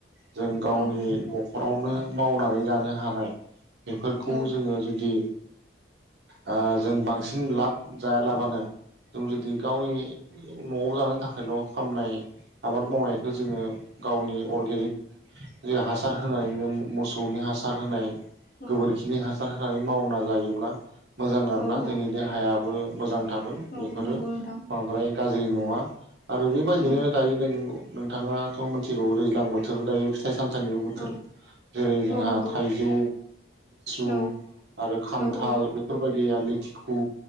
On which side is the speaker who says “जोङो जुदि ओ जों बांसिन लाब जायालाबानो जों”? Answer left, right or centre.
Right